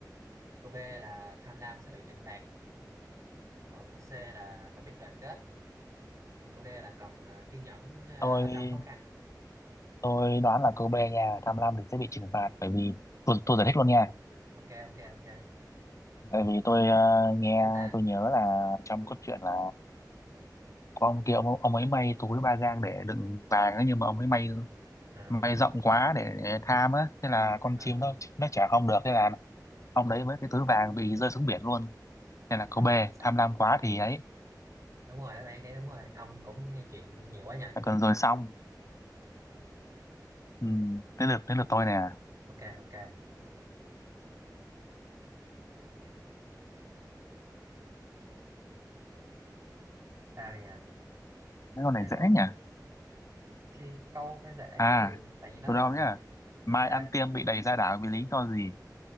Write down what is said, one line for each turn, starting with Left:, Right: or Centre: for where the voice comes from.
Right: Câu B là tham lam sẽ bị trừng phạt, còn câu C là phải biết đoàn kết, còn câu D là cần ờ, kiên nhẫn ờ,
Left: Tôi
Right: ở trong khó khăn.
Left: tôi đoán là câu B nha, tham lam thì sẽ bị trừng phạt bởi vì tôi tôi giải thích luôn nha.
Right: Ok ok ok.
Left: Tại vì tôi ờ,
Right: Đúng
Left: nghe
Right: chữ ta.
Left: tôi nhớ là trong cốt truyện là có ông kia ông, ông ấy may túi ba gang để đựng vàng ấy, nhưng mà ông ấy may
Right: À,
Left: may rộng quá để, để tham á, thế là con
Right: à,
Left: chim nó nó chả không được thế là ông đấy với cái túi vàng bị rơi xuống biển luôn nên là cô
Right: rồi
Left: B
Right: xong.
Left: tham lam quá thì ấy
Right: Đúng rồi, đáp bạn đấy đúng rồi. Ông cũng nghe chuyện nhiều quá nhỉ.
Left: là còn rồi xong ừ, đến lượt đến lượt tôi nè
Right: Ok ok. Ta này à,
Left: mấy con này
Right: chả
Left: dễ
Right: có
Left: nhỉ
Right: khi câu phải dễ
Left: à
Right: chứ, tại vì nó
Left: tôi
Right: là
Left: đâu nhá Mai
Right: ok,
Left: ăn Tiêm bị đày ra đảo vì lý do gì